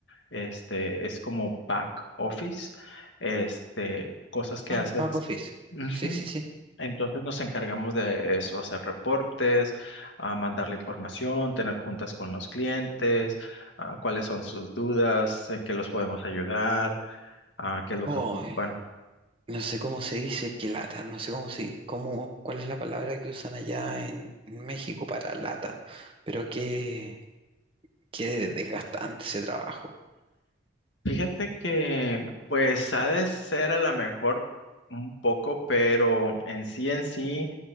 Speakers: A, on the left; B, on the right.
A: este, es como back office, este, cosas que
B: Ah,
A: haces.
B: en back office.
A: Ujú.
B: Sí, sí, sí.
A: Entonces nos encargamos de eso, hacer reportes, a mandar la información, tener juntas con los clientes, ah, cuáles son sus dudas, en qué los podemos ayudar, ah, qué es lo
B: Oh,
A: que ocupan.
B: no sé cómo se dice que lata, no sé cómo se, cómo, cuál es la palabra que usan allá en, en México para lata, pero qué, qué desgastante ese trabajo.
A: Fíjate que pues ha de ser a lo mejor un poco, pero en sí en sí.